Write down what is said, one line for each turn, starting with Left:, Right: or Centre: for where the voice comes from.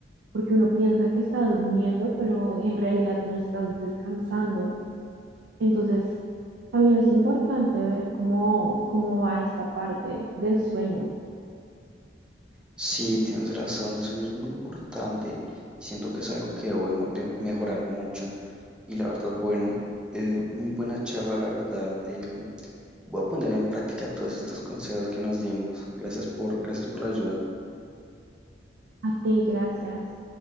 Right: porque uno piensa que está durmiendo, pero en realidad no estás descansando. Entonces, también es importante ver cómo, cómo va esta parte del sueño.
Centre: Sí, tienes razón, el sueño es muy importante y siento que es algo que debo de mo- de mejorar mucho. Y la verdad, bueno, eh, muy buena charla, la verdad. em, voy a poner en práctica todos estos consejos que nos dimos. Gracias por, gracias por la ayuda.
Right: A ti, gracias.